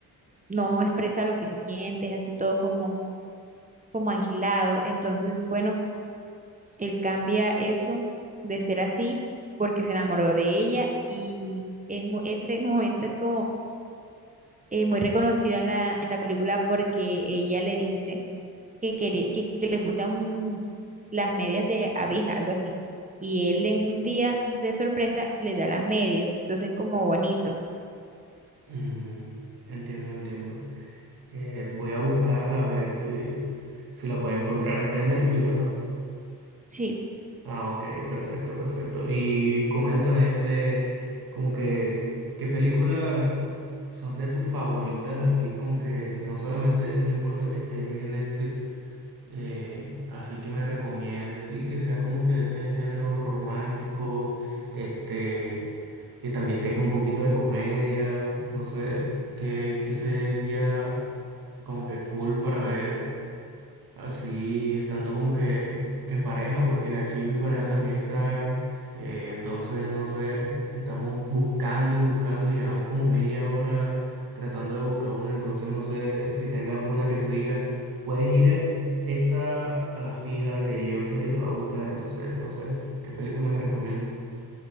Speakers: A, on the right; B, on the right.
A: no expresa lo que siente, es así todo como, como aislado. Entonces, bueno. Él cambia eso de ser así porque se enamoró de ella y es, mu- ese <laughs> momento es como eh, muy reconocido en la, en la película porque ella le dice que, quiere, que, que le gustan un- las medias de abeja, algo así. Y él en un día de sorpresa le da las medias. Entonces es como bonito.
B: Mm, entiendo, entiendo. Eh, voy a buscarla a ver si, si la puedo encontrar. Está en Netflix, ¿verdad?
A: Sí.
B: Ah, ok, perfecto, perfecto. Y coméntame, este, como que, ¿qué películas son de tus favoritas? Así como que no solamente, no importa que estén en Netflix, eh, así que me recomiende, sí, que sea como que de ese género romántico, este, que también tenga un poquito de comedia, no sé, que, que sería como que cool para ver así estando como que en pareja, porque aquí mi pareja también está, eh, entonces no sé, estamos buscando y buscando, llevamos como media hora tratando de buscar una, entonces no sé si tengas una que tú digas, puedes ir eh, esta a la fija que yo sé que te va a gustar, entonces no sé, ¿qué película me recomiendas?